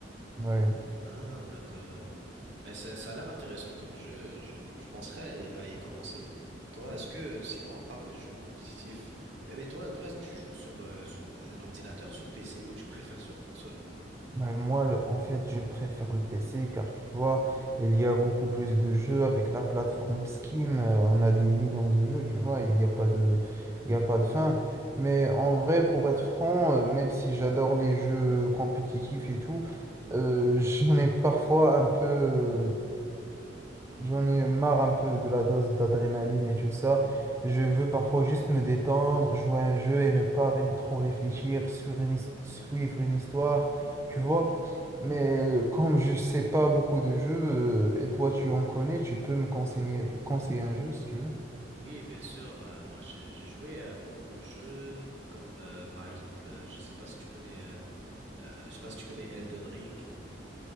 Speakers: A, on the right; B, on the right.
A: Ouais.
B: Ah, d'accord. Mais ça, ça a l'air intéressant comme jeu. Je, je penserais à y, à y commencer. Toi, est-ce que, sinon, on part des jeux compétitifs, eh, mais toi, toi, tu joues sur, euh, sur un ordinateur, sur PC, ou tu préfères sur console?
A: Ouais, moi, en fait, je préfère le PC car tu vois, il y a beaucoup plus de jeux avec la plateforme Steam. euh, on a des millions de jeux, tu vois, il n'y a pas de, il n'y a pas de fin. Mais en vrai, pour être franc, euh, même si j'adore les jeux compétitifs et tout, euh, <laughs> j'en ai parfois un peu, euh, j'en ai marre un peu de la dose d'adrénaline et tout ça. Je veux parfois juste me détendre, jouer à un jeu et ne pas ré- trop réfléchir sur une, his- suivre une histoire, tu vois. Mais euh, comme je sais pas beaucoup de jeux, euh, et toi tu en connais, tu peux me conseiller, conseiller un jeu si tu veux.
B: Oui, bien sûr. euh, moi, j'ai j'ai joué à beaucoup de jeux, comme euh, par exemple, euh, je sais pas si tu connais, euh, euh, je sais pas si tu connais Elden Ring.